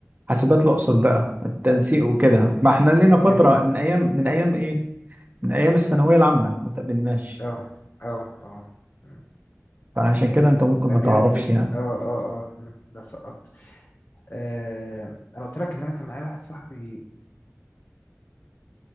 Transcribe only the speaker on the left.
مم،
مم،
مم.
جميل
اه اه اه مم.
ده
جامد
جدا
اه اه اه مم. ده سقط آه، انا قلت لك ان انا كان معايا واحد صاحبي